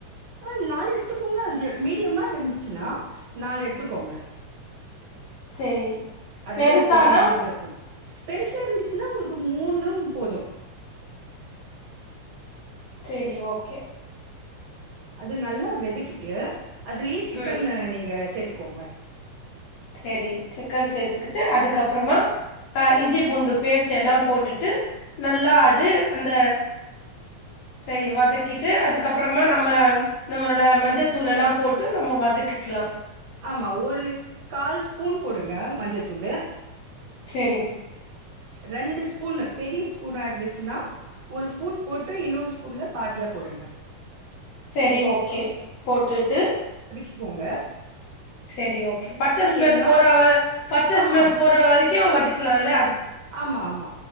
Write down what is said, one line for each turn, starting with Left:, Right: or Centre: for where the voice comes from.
Right: ஆஹ் நாலு எட்த்துக்கோங்க அஞ்சு மீடியமா இருந்துச்சுனா நாலு எட்த்துக்கோங்க
Left: செரி
Right: அதுவே
Left: பெருசானா
Right: போதுமானது இருக்கு பெருசா இருந்துச்சுனா உங்கள்க்கு மூணும் போது
Left: செரி ஓகே
Right: அது நல்லா வெதக்கிட்டு அதுலே சிக்கன்
Left: ம்
Right: அஹ் நீங்க சேத்துக் கோங்க
Left: சேரி சிக்கன் சேத்துக் கிட்டு அதுக்கப்றமா அஹ் இஞ்சி பூண்டு பேஸ்ட் எல்லா போட்டுட்டு நல்லா அது அந்த செரி வதக்கிட் ட்டு அதுக்கப்றமா நம்ம நம்மளோட மஞ்சத்தூளெல்லா போட்டு நம்ம வதக்கிக்கலா
Right: ஆமா ஒரு கால் ஸ்பூன் போடுங்க மஞ்சத்தூள்ளு
Left: செரி
Right: ரெண்டு ஸ்பூன்னு பெரிய ஸ்பூனா இருந்துச்சுனா ஒரு ஸ்பூன் போட்டு இன்னொரு ஸ்பூன்ல பாதியா போடுங்க
Left: சேரி ஓகே போட்டுட்டு
Right: க்கோங்க
Left: செரி ஓகே பச்ச ஸ்மெல்
Right: எல்லா
Left: போற பச்ச
Right: ஆமா
Left: ஸ்மெல்
Right: ஆமா
Left: போற வரைக்கு வதக் க்கலால
Right: ஆமா ஆமா